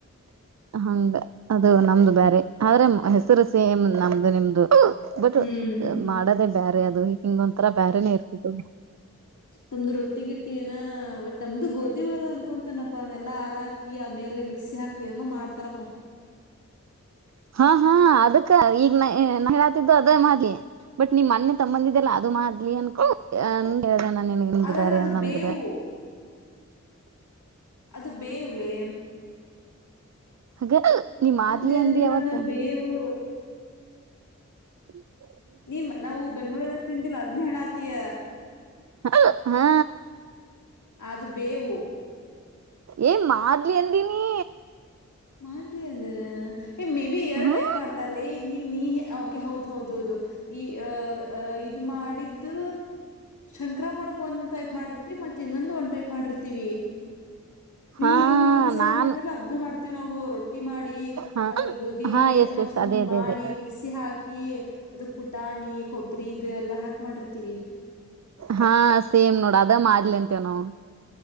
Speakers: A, on the right; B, on the left.
A: ಹಂಗ ಅದು ನಮ್ದು ಬೇರೆ, ಆದ್ರೆ ಹೆಸರು ಸೇಮ್ ನಮ್ದು ನಿಮ್ದು. ಬಟ್
B: ಹ್ಮ್
A: ಮಾಡೋದೇ ಬ್ಯಾರೆ ಅದು ಹಿಂಗೊಂತರ ಬ್ಯಾರೆನೇ ಇರ್ತದ
B: ನಮ್ದು ರೊಟ್ಟಿ ಗಿಟ್ಟಿ ಏನ ಒಟ್ ನಮ್ದು ಗೋಧಿ ಒಳದ ಅನ್ಕೊಂತಾನ. ಅದೆಲ್ಲ ಹಾರಾಕಿ ಅಮೇ ಎಲ್ಲಿ ಮಿಕ್ಸಿ ಹಾಕ್ತಿ ಏನೋ ಮಾಡ್ತಾರಪ್ಪ.
A: ಹಾ ಹಾ ಅದಕ್ಕ ಈಗ ನ ಹೇಳಾತಿದ್ದು ಅದೇ ಮಾಡ್ಲಿ ಬಟ್ ನಿಮ್ ಮೊನ್ನೆ ತಂಬಂದಿದ್ದೆಲ್ಲಾ ಅದು ಮಾಡ್ಲಿ ಅನ್ಕೊಂಡ ಗೆ ನಿಮದು
B: ಅದಲ್ಲ
A: ಬರ
B: ಅದು
A: ಯಂದ ನಮ್ದೇರೆ
B: ಬೇವು ಅದು ಬೇವುಲೆೇ
A: ಹಗ ನೀ
B: ಮಾದ್ಲಿ ಅಂದಿಲ್ಲಾನ
A: ಅಂದಿ ಅವತ್ತ
B: ಬೇವು
A: ಹ್ಮ
B: ನಿಮ್ಮ ನಾವು ಬೆಂಗಳೂರ ತಿಂದಿಲ್ಲ. ನಡಾತಯ
A: ಹ ಹಾ
B: ಅದು ಬೇವು
A: ಏ ಮಾಡ್ಲಿ ಎಂದಿನಿ.
B: ಮಾನ್ರಿ ಅಂದೇನ ಮೇ ಬಿ ಎರಡು
A: ಹ್ಮ
B: ಟೈಪ್ ಮಾಡ್ತಾರಲ್ಲ ನೀ ನೀಕೆ ಹೌದ್ ಹೌದು. ಹೌದೌದು ಈ ಅ ಇದು ಮಾಡಿದ್ದು. ಸಂಕ್ರಾಮಣಕ್ ಒಂದ್ ಟೈಪ್ ಮಾಡಿರ್ತಿವಿ ಮತ್ತ ಇನ್ನೊಂದು ಒಂದ್ ಟೈಪ್ ಮಾಡಿರ್ತಿವಿ
A: ಹಾ
B: ನೀ ಇವ ನಿಮ್ ಸೈಡ್
A: ನಾನು
B: ಮಾಡ್ತಿರಲ್ಲ ಅದ ಮಾಡ್ತ. ತಿನ ಊರುಟ್ಟ ರಟ್ಟಿ ಮಾಡಿ
A: ಹಾ
B: ಅದ್ರ ಗದಿ
A: ಹಾ ಎಸ್
B: ಹಾಸ್ಕೊಂದ್
A: ಎಸ್ ಅದೇ ಅದೇ
B: ಮಾಡಿ
A: ಅದೇ
B: ಮಿಕ್ಸಿ ಹಾಕಿ ಅದ ಪುಟಾಣಿ ಕೊಬ್ಬರಿ ಇ ಎಲ್ಲಾ ಹಾಕ್ ಮಾಡಿರ್ತೀವಿ.
A: ಹಾ ಸೇಮ್ ನೋಡು ಅದ ಮಾಡ್ಲಿ ಅಂತೇವ್ ನಾವು.